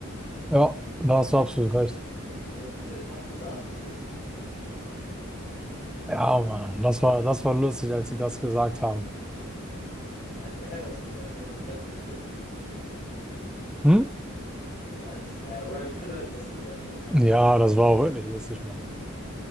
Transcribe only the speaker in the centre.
Ja, da hast du absolut recht.
Ja, Mann, das war, das war lustig, als sie das gesagt haben.
Hm?
Ja,
das war auch wirklich lustig, Mann.